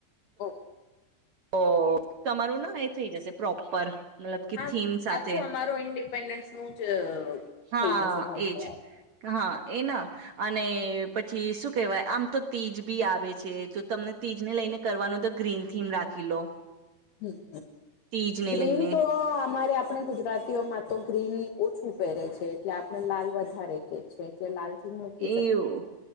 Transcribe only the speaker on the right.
તો તમારું ના એ થઈ જશે પ્રોપર. મતલબ કે
થીમ સાથે
હા
એજ હા એના અને પછી શું કેહવાય આમ તો તીજ બી આવે છે જો તમને તીજને લઈને કરવાનું તો ગ્રીન થીમ રાખી લો.
તીજને
લઈને
એવું